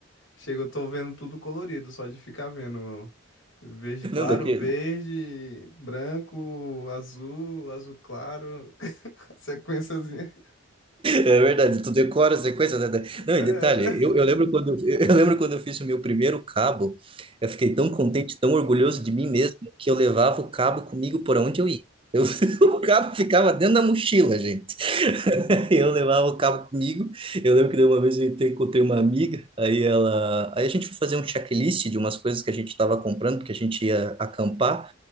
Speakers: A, on the left; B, on the right.
A: Chega, eu tô vendo tudo colorido, só de ficar vendo verde claro,
B: Não, daqui,
A: verde, branco, azul, azul claro, <laughs> sequenciazinha.
B: É verdade, tu decora as sequência. né? Não,
A: É,
B: e detalhe,
A: né?
B: eu, eu lembro quando, <laughs> eu lembro quando eu fiz o meu primeiro cabo, eu fiquei tão contente, tão orgulhoso de mim mesmo, que eu levava o cabo comigo por onde eu ia. Eu, <laughs> o cabo ficava dentro da mochila, gente. <laughs> Eu levava o cabo comigo. Eu lembro que daí uma vez eu encontrei encontrei uma amiga, aí ela, aí a gente foi fazer um checklist de umas coisas que a gente estava comprando, porque a gente ia acampar.